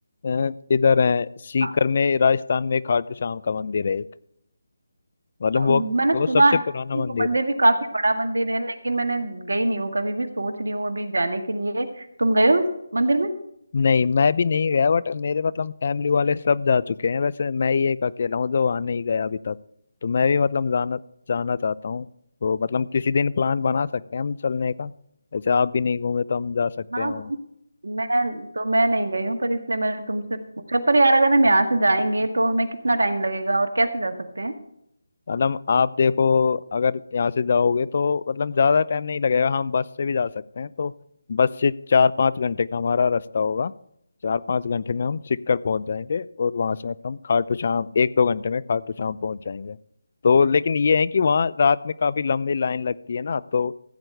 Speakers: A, on the left; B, on the right.
A: अ, इधर है सीकर
B: हाँ,
A: में राजस्थान में खाटू श्याम का मंदिर है एक मतलब वो
B: मैंने
A: वो
B: सुना
A: सबसे
B: है
A: पुराना
B: कि वो
A: मंदिर
B: मंदिर
A: है
B: भी काफी बड़ा मंदिर है लेकिन मैंने गई नहीं हूँ कभी भी सोच रही हूँ अभी जाने के लिए तुम गए हो इस मंदिर में
A: नहीं मैं भी नहीं गया बट मेरे मतलब फैमिली वाले सब जा चुके हैं वैसे मैं ही एक अकेला हूँ जो वहां नहीं गया अभी तक तो मैं भी मतलब जाना जाना चाहता हूँ तो मतलब किसी दिन प्लान बना सकते हैं हम चलने का जैसे आप भी नहीं घूमे तो हम जा सकते
B: हाँ
A: हैं वहाँ
B: वो मैं तो मैं नहीं गई हूँ पर इसलिए मैंने तुमसे पूछा पर यार अगर हम यहाँ से जाएंगे तो हमें कितना टाइम लगेगा और कैसे जा सकते हैं
A: मतलब आप देखो अगर यहाँ से जाओगे तो मतलब ज़्यादा टाइम नहीं लगेगा हम बस से भी जा सकते हैं तो बस से चार पाँच घंटे का हमारा रास्ता होगा चार पाँच घंटे में हम सिक्कर पहुंच जाएंगे और वहां से मतलब हम खाटू श्याम एक दो घंटे में खाटू श्याम पहुंच जाएंगे तो लेकिन ये है कि वहाँ रात में काफ़ी लंबी लाइन लगती है ना तो